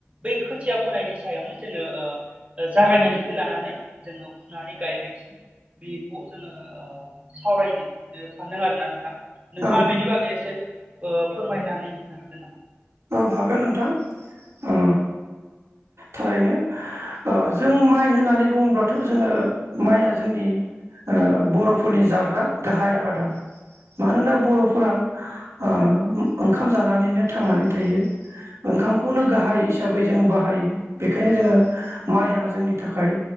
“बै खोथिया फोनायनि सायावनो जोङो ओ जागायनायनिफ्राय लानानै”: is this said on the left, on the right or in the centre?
Right